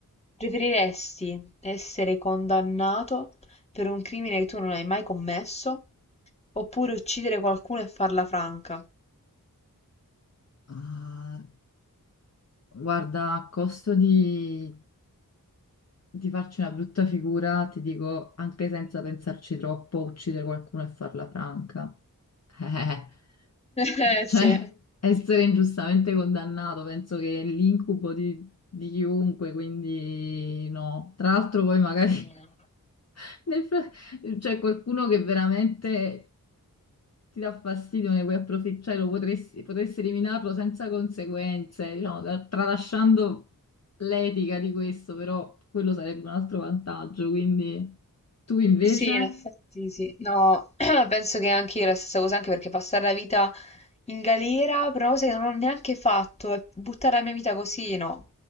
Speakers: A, on the left; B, on the left.
A: preferiresti essere condannato per un crimine che tu non hai mai commesso oppure uccidere qualcuno e farla franca? <laughs>
B: Ah, Guarda, a costo di, di farci una brutta figura, ti dico anche senza pensarci troppo, uccidere qualcuno e farla franca. <laughs>
A: Eh,
B: Eh, cioè,
A: sì.
B: essere ingiustamente condannato, penso che è l'incubo di, di chiunque, quindi no. Tra l'altro poi magari
A: Mh.
B: <laughs> nel fra- cioè qualcuno che veramente ti dà fastidio, ne puoi approfittare, lo potresti, potresti eliminarlo senza conseguenze, diciamo, da- tralasciando l'etica di questo, però quello sarebbe un altro vantaggio, quindi tu invece?
A: Sì, in effetti sì. No, <clears throat> penso che anche io la stessa cosa, anche perché passare la vita in galera, però una cosa che non ho neanche fatto, e buttare la mia vita così, no.